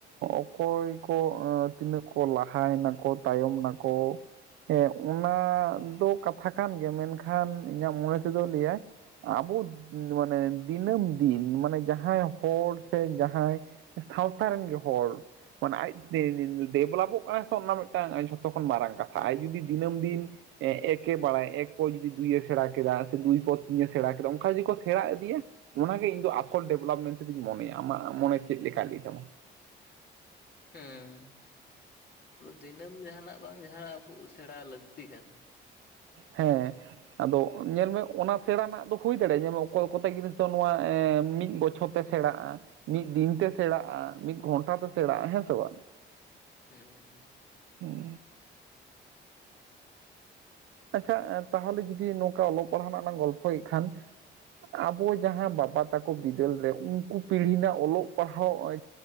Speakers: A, on the right; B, on the left.
A: ᱚᱠᱚᱭ ᱠᱚ ᱛᱤᱱᱟᱹᱜ ᱠᱚ ᱞᱟᱦᱟᱭ ᱱᱟᱠᱚ ᱛᱟᱭᱚᱢ ᱱᱟᱠᱚ ᱦᱮᱸ ᱚᱱᱟ ᱫᱚ ᱠᱟᱛᱷᱟ ᱠᱟᱱ ᱜᱮᱭᱟ ᱢᱮᱱᱠᱷᱟᱱ ᱤᱧᱟᱹᱜ ᱢᱚᱱᱮ ᱛᱮᱫᱚ ᱞᱟᱹᱭᱟᱭ ᱟᱵᱚ ᱢᱟᱱᱮ ᱫᱤᱱᱟᱹᱢ ᱫᱤᱱ ᱢᱟᱱᱮ ᱡᱟᱦᱟᱸᱭ ᱦᱚᱲ ᱥᱮ ᱡᱟᱦᱟᱸᱭ ᱥᱟᱣᱛᱟ ᱨᱮᱱ ᱜᱮ ᱦᱚᱲ ᱢᱟᱱᱮ ᱟᱡ ᱛᱮ ᱰᱮᱵᱷᱞᱚᱯᱚᱜ ᱠᱟᱱᱟ ᱥᱮ ᱚᱱᱟ ᱢᱤᱫᱴᱟᱝ ᱡᱷᱚᱛᱚ ᱠᱷᱚᱱ ᱢᱟᱨᱟᱝ ᱠᱟᱛᱷᱟ ᱟᱡ ᱡᱩᱫᱤ ᱫᱤᱱᱟᱹᱢ ᱫᱤᱱ ᱮᱠ ᱮ ᱵᱟᱲᱟᱭᱟ ᱮᱠ ᱯᱚᱨ ᱡᱩᱫᱤ ᱫᱩᱭᱮ ᱮ ᱥᱮᱬᱟ ᱠᱮᱫᱟ ᱥᱮ ᱫᱩᱭ ᱯᱚᱨ ᱛᱤᱱᱮ ᱥᱮᱬᱟ ᱠᱮᱫᱟ ᱚᱱᱠᱟ ᱡᱩᱫᱤ ᱥᱮᱬᱟ ᱤᱫᱤᱭᱟ ᱚᱱᱟᱜᱮ ᱤᱧ ᱫᱚ ᱟᱥᱚᱞ ᱰᱮᱵᱷᱞᱚᱯᱢᱮᱱ ᱛᱮᱫᱚᱧ ᱢᱚᱱᱮᱭᱟ ᱟᱢᱟᱜ ᱢᱚᱱᱮ ᱪᱮᱫ ᱞᱮᱠᱟ ᱞᱤᱫᱟᱹᱭ ᱛᱟᱢᱟ?
B: ᱦᱮᱸ ᱫᱤᱱᱟᱹᱢ ᱡᱟᱦᱟᱸᱱᱟᱜ ᱵᱟᱝ ᱡᱟᱦᱟᱸᱱᱟᱜ ᱟᱵᱚ ᱥᱮᱬᱟ ᱞᱟᱹᱠᱛᱤ ᱠᱟᱱᱟ᱾
A: ᱦᱮᱸ ᱟᱫᱚ ᱧᱮᱞ ᱢᱮ ᱚᱱᱟ ᱥᱮᱬᱟ ᱨᱮᱱᱟᱜ ᱫᱚ ᱦᱩᱭ ᱫᱟᱲᱮᱭᱟᱜᱼᱟ ᱡᱮᱢᱚᱱ ᱚᱠᱚᱭ ᱠᱚᱛᱮ ᱡᱤᱱᱤᱥ ᱫᱚ ᱱᱚᱣᱟ ᱢᱤᱫ ᱵᱚᱪᱷᱚᱨ ᱛᱮ ᱥᱮᱬᱟᱜ-ᱟ ᱾ ᱢᱤᱫ ᱫᱤᱱ ᱛᱮ ᱥᱮᱬᱟᱜᱼᱟ ᱢᱤᱫ ᱜᱷᱚᱱᱴᱟ ᱛᱮ ᱥᱮᱬᱟᱜᱼᱟ ᱦᱮᱸ ᱥᱮ ᱵᱟᱝ?
B: ᱦᱮᱸ ᱦᱮᱸ᱾
A: ᱦᱩᱸ ᱟᱪᱪᱷᱟ ᱛᱟᱦᱚᱞᱮ ᱡᱩᱫᱤ ᱱᱚᱝᱠᱟ ᱚᱞᱚᱜ ᱯᱟᱲᱦᱟᱣ ᱨᱮᱱᱟᱜ ᱞᱟᱝ ᱜᱚᱞᱯᱷᱚᱭᱮᱫ ᱠᱷᱟᱱ ᱟᱵᱚ ᱡᱟᱦᱟᱸ ᱵᱟᱵᱟ ᱛᱟᱠᱚ ᱵᱤᱫᱟᱹᱞ ᱨᱮ ᱩᱱᱠᱩ ᱯᱤᱲᱦᱤ ᱨᱮᱱᱟᱜ ᱚᱞᱚᱜ ᱯᱟᱲᱦᱟᱣ